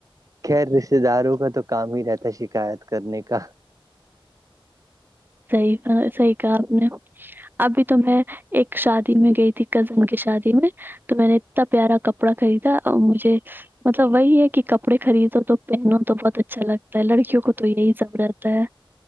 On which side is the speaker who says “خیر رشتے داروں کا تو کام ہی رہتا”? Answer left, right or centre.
Right